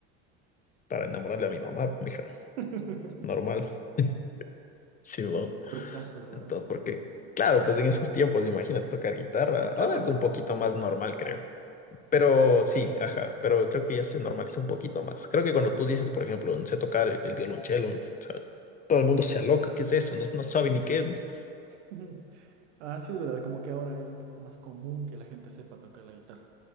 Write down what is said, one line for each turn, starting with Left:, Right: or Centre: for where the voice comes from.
Left: para enamorarle a mi mamá, mija,
Right: <laughs>
Left: normal, <laughs> sí, ¿no?
Right: Trucazo, la verdad.
Left: Entonces, porque, claro, pues en esos tiempos, imagínate tocar guitarra,
Right: Hasta
Left: ahora
Right: ahora.
Left: es un poquito más normal, creo, pero sí, ajá, pero creo que ya se normalizó un poquito más. Creo que cuando tú dices, por ejemplo, no sé tocar el, el violonchelo, o sea, todo el mundo se aloca, ¿qué es eso? No, no sabe ni qué es.
Right: <laughs> Ah, sí, es verdad, como que ahora es un poquito más común que la gente sepa tocar la guitarra.